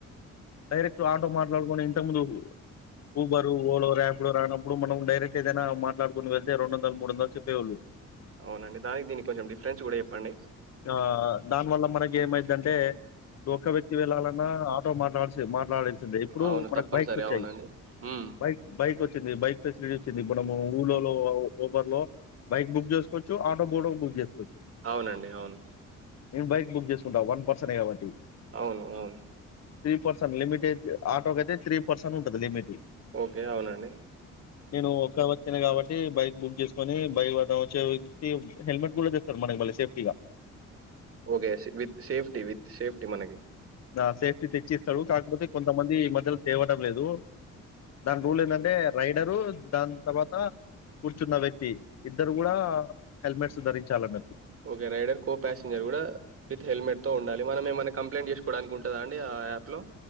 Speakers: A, on the left; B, on the right.
A: డైరెక్ట్ ఆటో మాట్లాడుకొని ఇంతకుముందు ఊబరు ఓలో ర్యాపిడో రానప్పుడు మనం డైరెక్ట్ ఏదైనా మాట్లాడుకుని వెళ్తే రెందొండల్ మూదొండల్ చెప్పేవోళ్ళు
B: అవునండి దానికి దీనికి కొంచెం డిఫరెన్స్ కూడా చెప్పండి
A: ఆ దానివల్ల మనకి ఏమైందంటే ఒక్క వ్యక్తి వెళ్లాలన్నా ఆటో మాట్లాడిసి మాట్లాడేది ఇప్పుడు
B: అవును
A: మనకు
B: తప్పనిసరి
A: బైక్స్ వచ్చాయి
B: అవునండి ఉమ్
A: బైక్ బైక్ వచ్ వచ్చింది బైక్ ఫెసిలిటీ వచ్చింది ఇప్పుడు ఊర్లలో ఊబర్ లో బైక్ బుక్ చేసుకోవచ్చు ఆటో బుడా బుక్ చేసుకోచ్చు
B: అవునండి అవును
A: నేను బైక్ బుక్ చేసుకుంటాం వన్ పర్సనే కాబట్టి
B: అవును అవును
A: త్రీ పర్సెన్ లిమిట్ అయితే ఆటోకయితే త్రీ పర్సెన్ ఉంటది లిమిట్
B: ఓకే అవునండి
A: నేను ఒక్క వ్యక్తినే కాబట్టి బైక్ బుక్ చేసుకొని బయలుదేరి వచ్చే వ్యక్తి హెల్మెట్ కూడా తెస్తారు మనకి మళ్ళీ సేఫ్టీగా
B: okay with safety with safety మనకి
A: నా సేఫ్టీ తెచ్చి ఇస్తాడు కాకపోతే కొంతమంది ఈ మధ్యలో తేవడం లేదు దాని రూల్ ఏంటంటే రైడరు దాన్ తర్వాత కూర్చున్న వ్యక్తి ఇద్దరు కూడా హెల్మెట్స్ ధరించాలన్నట్టు
B: ఓకే రైడర్ కో పాసింజర్ కూడా విత్ హెల్మెట్ తో ఉండాలి మనం ఏమన్న కంప్లైంట్ చేసుకోడానికి ఉంటదా అండి ఆ యాప్ లో